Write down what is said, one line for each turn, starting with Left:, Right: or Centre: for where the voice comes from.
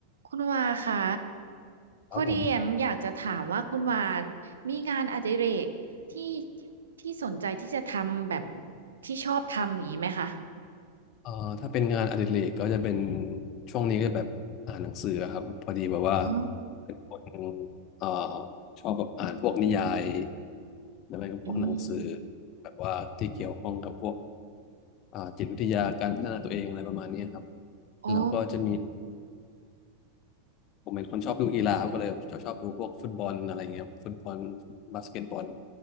Right: คุณวาคะพอดีแอมอยากจะถามว่าคุณวา
Left: ครับผม
Right: มีงานอดิเรกที่ที่สนใจที่จะทำแบบที่ชอบทำอย่างนี้ไหมคะ
Left: เอ่อถ้าเป็นงานอดิเรกก็จะเป็นช่วงนี้ก็แบบอ่านหนังสือครับพอดีแบบว่า
Right: อ๋อ
Left: เป็นคนเอ่อชอบแบบอ่านพวกนิยายแล้วก็พวกหนังสือ
Right: อืมอืม
Left: แบบว่าที่เกี่ยวข้องกับพวกอ่าจิตวิทยาการพัฒนาตัวเองอะไรประมาณนี้ครับ
Right: โอ้
Left: แล้วก็จะมีผมเป็นคนชอบดูกีฬาครับก็เลยชอบชอบดูพวกฟุตบอลอะไรเงี้ยครับฟุตบอลบาสเกตบอล